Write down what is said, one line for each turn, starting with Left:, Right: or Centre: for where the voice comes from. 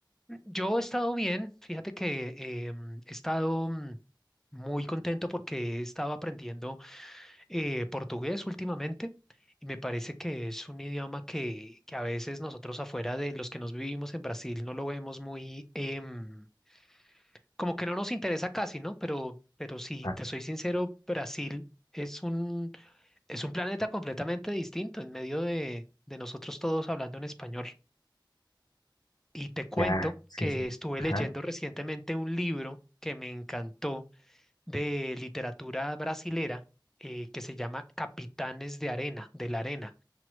Centre: Yo he estado bien, fíjate que em, he estado mm, muy contento porque he estado aprendiendo eh, portugués últimamente y me parece que es un idioma que, que a veces nosotros afuera de los que nos vivimos en Brasil no lo vemos muy, em, como que no nos interesa casi, ¿no? Pero, pero si
Left: Ah,
Centre: te soy sincero, Brasil es un, es un planeta completamente distinto en medio de, de nosotros todos hablando en español. Y te cuento
Left: ya, sí,
Centre: que
Left: sí.
Centre: estuve
Left: Ajá.
Centre: leyendo recientemente un libro que me encantó de literatura brasilera eh, que se llama Capitanes de Arena, de la Arena,